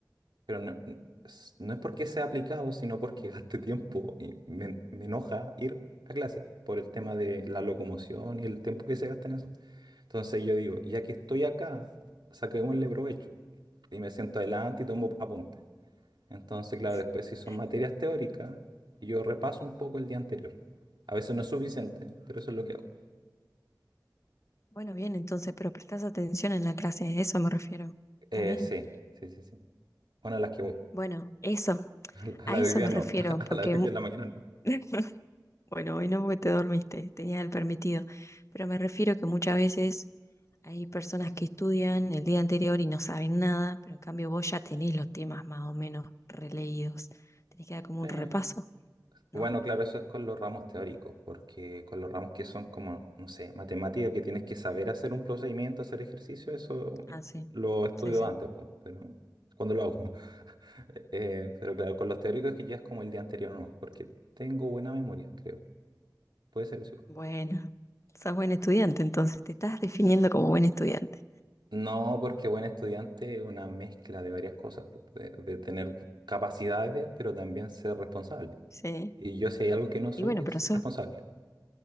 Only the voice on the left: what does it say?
<laughs>
Bueno, bien, entonces, pero prestás atención en la clase, a eso me refiero. ¿Está
bien?
Bueno, eso,
a
eso
me
refiero,
porque
mu-
<laughs> Bueno, hoy no porque te dormiste, tenías el permitido. Pero me refiero que muchas veces hay personas que estudian el día anterior y no saben nada, pero en cambio vos ya tenés los temas más o menos releídos. Tenés que dar como
un repaso,
¿no?
Ah, sí.
Sí, sí.
Bueno, sos buen estudiante, entonces te estás definiendo como buen estudiante.
Sí.
Y bueno,
pero sos,